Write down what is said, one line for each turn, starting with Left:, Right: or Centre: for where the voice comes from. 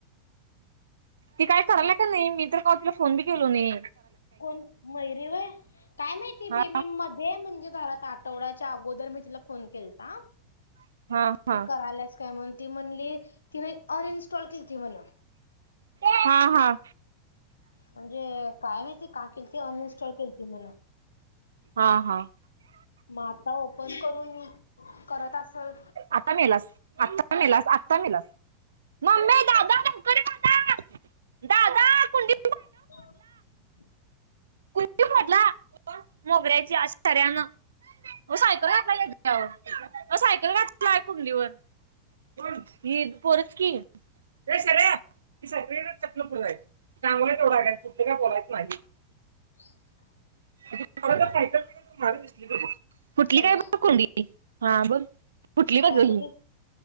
Right: ती काय करायला का नाही. मी इतर का फोन बी केलो नई.
Left: कोण मयुरी व्हय. काय माहिती
Right: हा
Left: बई मी मध्ये म्हणजे पार आता आठवडाच्या अगोदर मी तिला फोन केलता.
Right: हा हा
Left: ती करालाच काय म्हणून ती म्हणली तिमही ऑरेंजस्टॉल घेती म्हण.
Right: हा हा
Left: म्हणजे काय माहिती का केलती. अनइनस्टॉल केलती म्हण.
Right: हा हा
Left: आता ओपन करून करत असल
Right: आता मेलास. आत्ता मेलास. आत्ता मेलास. मम्मे दादा लवकर ये दादा.
Left: <inaudible>
Right: दादा कुंडी कुंडी फोडला मोगऱ्याची. अ शऱ्यान सायकल घातलाय याच्यावर सायकल घातलाय कुंडीवर. कोण ही पोरच कि, ये शरर्या ही सायकल घ्यायची पुढे जायचं. चांगले तोडा घ्यायचे. ते काय बोलायच माझी
Left: <inaudible>
Right: <unintelligible> फुटली
Left: हॅलो
Right: काय बघ कुंडी हा बोल फुटली बघ
Left: काय
Right: ग
Left: कुठली
Right: ही